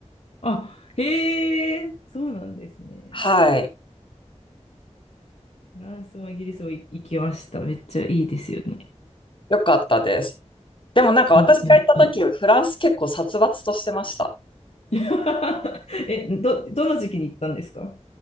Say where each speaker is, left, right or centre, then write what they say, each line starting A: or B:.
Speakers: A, on the left; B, on the left.
A: あ、へえ、そうなんですね。
B: はい。
A: フランスもイギリスも行きました。めっちゃいいですよね。
B: よかったです。でもなんか私が行った時、
A: うんうんうん。
B: フランス結構殺伐としてました。
A: <laughs> え、ど、どの時期に行ったんですか